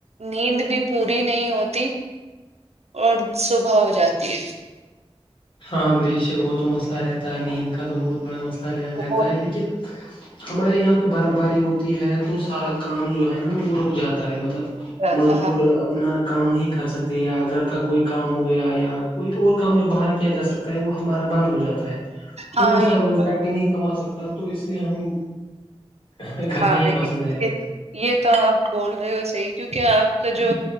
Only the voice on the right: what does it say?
نیند بھی پوری نہیں ہوتی اور صبح ہو جاتی ہے
بہت
مزہ آتا
ہاں
ہاں
یہ-
ہاں
یہ
یہ یہ تو آپ بول رہے ہو صحیح کیونکہ آپ کا جو